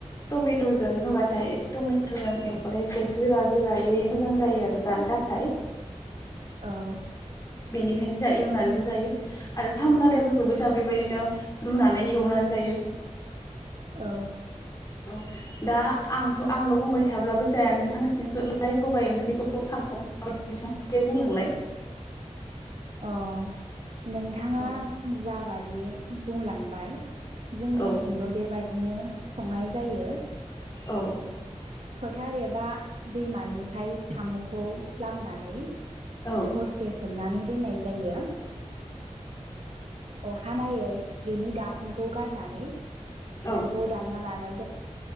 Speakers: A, on the left (about 30°); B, on the right (about 60°).
A: टमेट'जों होबाथाय। टमेट'जों एवथाय एसे गोरा गोरायै मोजां जायो आरो जानो थाखाय
B: औ
A: बेनिखायनो जों एवनानैबो जायो आरो साम' लादायफोरखौबो जों बेबायदिनो रुनानै एवनानै जायो।
B: औ
A: औ दा आंथ' आंल' बुंबाय थाब्लाबो जाया नोंथांनि थिंसोलाय सबाय ओंख्रिखौ <unintelligible> बुंलांलाय
B: <inaudible> औ नोंथाङा
A: औ
B: जाबादि बुंलांबाय जोंनिथिंबो
A: औ
B: बेबादिनो संनाय जायो।
A: औ
B: फोथार एबा दैमानिफ्राय साम'खौ लाबोनानै
A: औ
B: हरसे सोमनानै दोननाय जायो। अखानायै बिनि दाखोनखौ गारनानै खिथुखौ
A: औ
B: दानना लानो।